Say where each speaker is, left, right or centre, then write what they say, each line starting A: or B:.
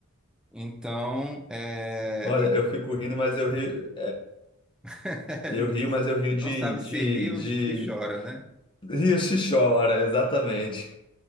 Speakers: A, in the centre; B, on the left (about 20°).
A: Então, é,
B: Olha, eu fico rindo, mas eu rio,
A: <laughs>
B: eu rio, mas eu rio de,
A: não sabe
B: de,
A: se ri ou se chora,
B: de...
A: né?
B: <laughs> Rio se chora, exatamente.